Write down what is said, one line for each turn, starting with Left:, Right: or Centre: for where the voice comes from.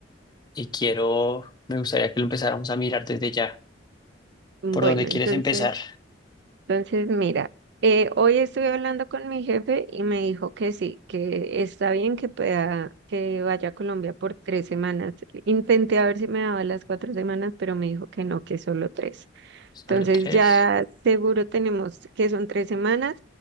Left: y quiero, me gustaría que lo empezáramos a mirar desde ya.
Right: Bueno,
Left: ¿Por dónde quieres
Right: entonces...
Left: empezar?
Right: Entonces, mira, eh, hoy estuve hablando con mi jefe y me dijo que sí, que está bien que pueda, que vaya a Colombia por tres semanas. Intenté a ver si me daba las cuatro semanas, pero me dijo que no, que solo tres.
Left: Solo
Right: Entonces
Left: tres.
Right: ya seguro tenemos que son tres semanas